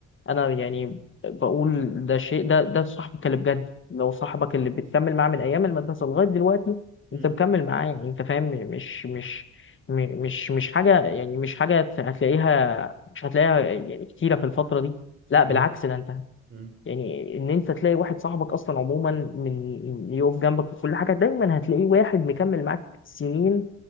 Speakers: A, on the left; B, on the right.
A: انا يعني بقول ده شيء ده ده صاحبك اللي بجد لو صاحبك اللي بتكمل معاه من ايام المدرسه لغايه دلوقتي
B: امم
A: انت مكمل معاه انت فاهم مش مش م- مش مش حاجه يعني مش حاجه هتلاقيها مش هتلاقيها يعني كتيره في الفتره دي لا بالعكس
B: صح
A: ده انت
B: امم
A: يعني ان انت تلاقي واحد صاحبك اصلا عموما من يقف جنبك في كل حاجه دايما هتلاقيه واحد مكمل معاك سنين